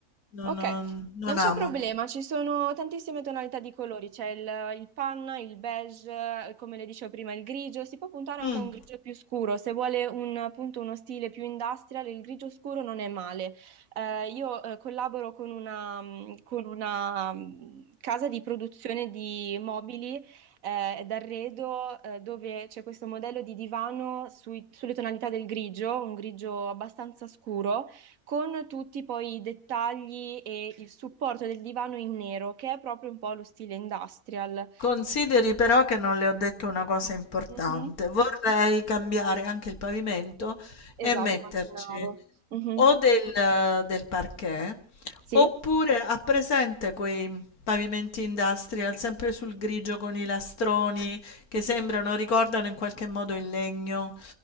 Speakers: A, on the left (about 80°); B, on the right (about 70°).
A: non,
B: Ok,
A: non- non
B: non c'è
A: amo.
B: problema, ci sono tantissime tonalità di colori, c'è il, il panna, il beige, eh, come le dicevo prima, il grigio, si può puntare
A: Mm.
B: anche a un grigio più scuro, se vuole un, appunto uno stile più industrial, il grigio scuro non è male. Eh, io eh, collaboro con una, mh, con una, mh, casa di produzione di mobili eh, d'arredo eh, dove c'è questo modello di divano sui- sulle tonalità del grigio, un grigio abbastanza scuro con tutti poi i dettagli e il supporto del divano in nero, che è proprio un po' lo stile industrial.
A: Consideri però che non le ho detto una cosa importante.
B: Mhm,
A: Vorrei cambiare anche il pavimento e
B: Esatto,
A: metterci
B: immaginavo. Mhm.
A: o del, del parquet
B: Sì?
A: oppure ha presente quei pavimenti industrial sempre sul grigio con i lastroni che sembrano, ricordano in qualche modo il legno.